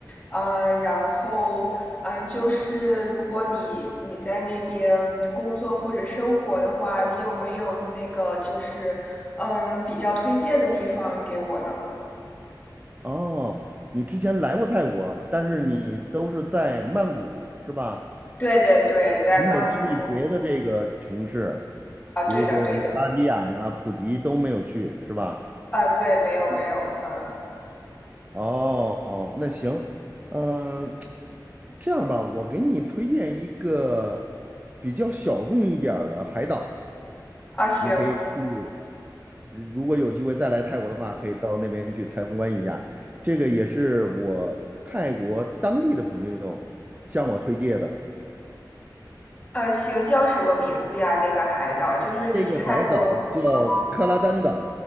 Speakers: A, on the left (about 20°); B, on the right (about 20°).
A: 呃，然后嗯，就是如果你你在那边工作或者生活的话，你有没有那个就是嗯比较推荐的地方给我呢？
B: 哦，你之前来过泰国，但是你都是在曼谷，是吧？
A: 对对对，在曼谷
B: 没有去别的这个城市，
A: 啊，
B: 比如说什么芭提雅呀、
A: 对的对的
B: 普吉都没有去，是吧？
A: 啊，对，没有没有，嗯
B: 哦，哦，那行，嗯、这样吧，我给你推荐一个比较小众一点儿的海岛，
A: 啊行，
B: 你可以去。如果有机会再来泰国的话，可以到那边去参观一下。这个也是我泰国当地的朋友向我推荐的。
A: 啊行，叫什么名字呀？那个海岛就是离泰国。
B: 这个海岛叫克拉丹岛，
A: 嗯